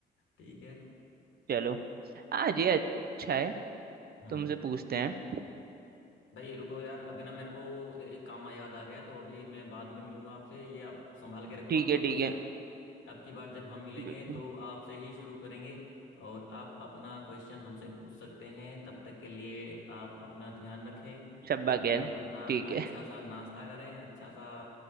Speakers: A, on the left; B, on the right.
A: ठीक है
B: चलो आज ये अच्छा है
A: हम्म
B: तुमसे पूछते हैं
A: भाई रुको यार अभी ना मेरे को ए- एक काम याद आ गया है, तो अभी मैं बाद में मिलूंगा आपसे ये आप संभाल के रखो
B: ठीक
A: आपका
B: है ठीक
A: क्वेश्चन
B: है
A: अब की बार जब हम मिलेंगे
B: बिल्कुल
A: तो आपसे ही शुरू करेंगे और आप अपना क्वेश्चन हमसे पूछ सकते हैं तब तक के लिए आप अपना ध्यान रखें
B: शब्बा खैर
A: आप अपना
B: ठीक
A: अच्छा
B: है
A: सा नाश्ता करें अच्छा सा